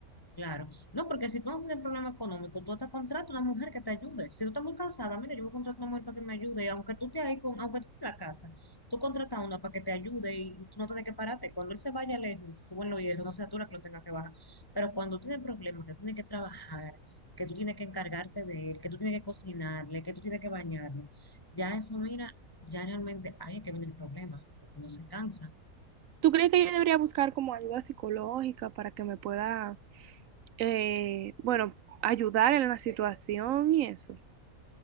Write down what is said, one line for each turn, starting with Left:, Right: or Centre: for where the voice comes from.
Left: Claro. No, porque si tú no tienes problema económico, tú hasta contratas una mujer que te ayude. Si tú estás muy cansada, mira, yo voy a contratar una mujer para que me ayude. Aunque tú te ahí con, aunque tú estés en la casa, tú contratas a una para que te ayude y, y tú no tienes que pararte. Cuando él se vaya lejos y se suben los hierros, no sea tú la que lo tenga que bajar. Pero cuando tienes problemas, que tienes que trabajar, que tú tienes que encargarte de él, que tú tienes que cocinarle, que tú tienes que bañarle, ya eso, mira, ya realmente ahí es que viene el problema, porque uno se cansa.
Right: ¿Tú crees que yo debería buscar como ayuda psicológica para que me pueda, eh, bueno, ayudar en la situación y eso?